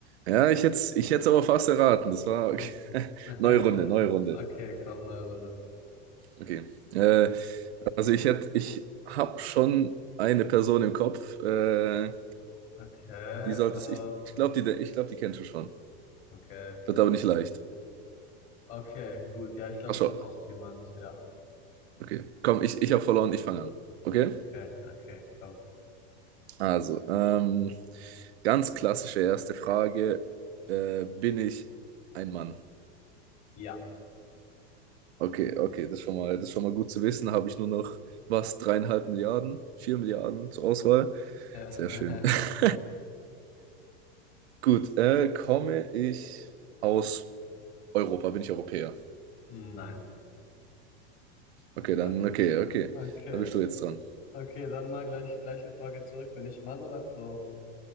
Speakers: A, on the right (about 75°); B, on the left (about 40°).
A: Ja, ich hätte ich hätte aber fast erraten. Das war okay.
B: Hm.
A: <laughs>
B: <laughs>
A: Neue Runde, neue Runde.
B: Okay, komm, neue Runde.
A: Okay. Äh, also ich hätte, ich habe schon eine Person im Kopf. Äh,
B: Okay,
A: die solltest
B: äh,
A: ich, ich glaube, die, ich glaube, die kennst du schon.
B: okay,
A: Wird aber nicht leicht.
B: okay, gut. Ja, ich glaube,
A: Ach so,
B: ich habe auch jemand. Ja,
A: okay. Komm, ich, ich habe verloren, ich fange an. Okay?
B: okay, okay, komm.
A: Also, ähm, ganz klassische erste Frage. Äh, bin ich ein Mann?
B: Ja.
A: Okay, okay, das ist schon mal, das ist schon mal gut zu wissen. Habe ich nur noch was, dreieinhalb Milliarden, vier Milliarden zur Auswahl.
B: <laughs>
A: Sehr schön. <laughs> Gut, äh, komme ich aus Europa? Bin ich Europäer?
B: Nein.
A: Okay, dann,
B: Äh,
A: okay, okay.
B: Okay,
A: Dann bist du jetzt dran.
B: okay, dann mal gleich gleiche Frage zurück. Bin ich Mann oder Frau?